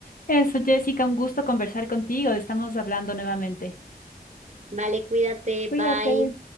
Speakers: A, on the left; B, on the right.
A: Eso, Jessica, un gusto conversar contigo. Estamos hablando nuevamente.
B: Vale, cuídate,
A: Cuídate.
B: bye.